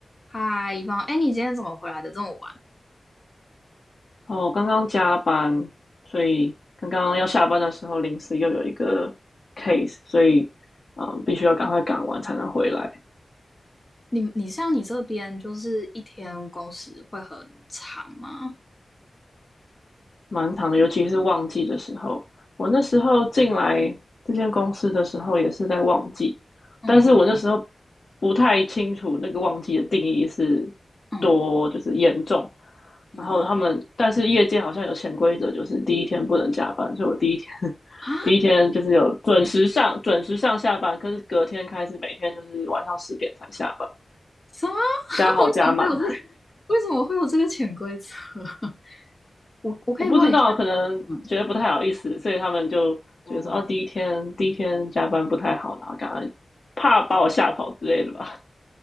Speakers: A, on the left (about 30°); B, on the left (about 60°).
A: 嗨，一方，哎，你今天怎么回来的这么晚？
B: 哦，刚刚加班，所以刚刚要下班的时候，临时又有一个 case，所以嗯，必须要赶快赶完才能回来。
A: 你你像你这边就是一天工时会很长吗？
B: 蛮长的，尤其是旺季的时候。我那时候进来这间公司的时候也是在旺季，
A: 嗯嗯
B: 但是我那时候不太清楚那个旺季的定义是
A: 嗯
B: 多就是严重。
A: 嗯嗯
B: 然后他们，但是业界好像有潜规则，就是第一天不能加班，所以我第一天
A: 啊？
B: 第一天就是有准时上准时上下班，可是隔天开始每天就是晚上十点才下班，
A: 什么？<laughs>
B: 加好加满。
A: 为什么会有这个为什么会有这个潜规则？<laughs> 我我可以问一下
B: 我不知道，可能觉得不太好意思，
A: 你吗？
B: 所以他们就觉得说，
A: 哦，
B: 哦，啊第一天第一天加班不太好啦，感后怕把我吓跑之类的吧。